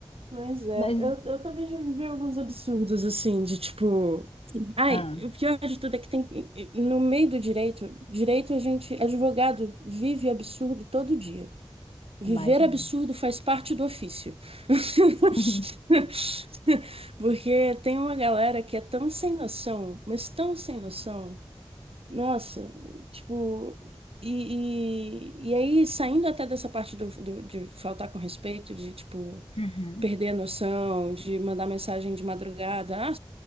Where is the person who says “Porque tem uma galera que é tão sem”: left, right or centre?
Right